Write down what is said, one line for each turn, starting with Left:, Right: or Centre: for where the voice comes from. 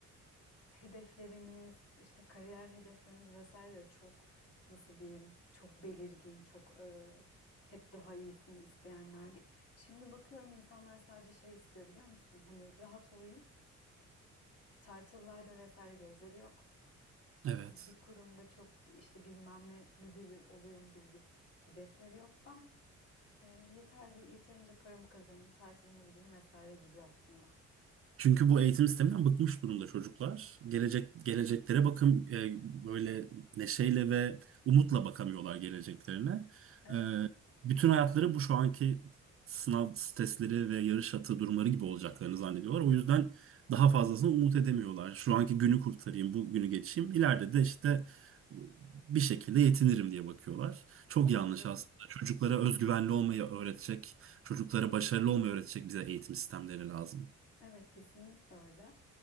Left: hedeflerimiz, işte kariyer hedeflerimiz vesaire de çok nasıl diyeyim, çok belirgin, çok e, hep daha iyisini isteyenlerdik. Şimdi bakıyorum insanlar sadece şey istiyor biliyor musun? Hani rahat olayım. Title'larda vesaire gözleri yok.
Right: Evet.
Left: Bir kurumda çok işte bilmem ne müdürü olayım gibi bir hedefleri yok. Ben e, yeter yeterince paramı kazanayım, tatilime gideyim vesaire gibi aslında.
Right: Çünkü bu eğitim sisteminden bıkmış durumda çocuklar. Gelecek geleceklere bakım e, böyle neşeyle ve umutla bakamıyorlar geleceklerine.
Left: Evet,
Right: E, bütün hayatları bu şu anki sınav testleri ve yarış atı durumları gibi olacaklarını zannediyorlar. O yüzden daha fazlasını umut edemiyorlar. Şu anki günü kurtarayım, bu günü geçeyim. İleride de işte bir şekilde yetinirim diye bakıyorlar. Çok
Left: bence
Right: yanlış aslında. Çocuklara özgüvenli olmayı öğretecek, çocuklara başarılı olmayı öğretecek bize eğitim sistemleri lazım.
Left: Evet kesinlikle öyle.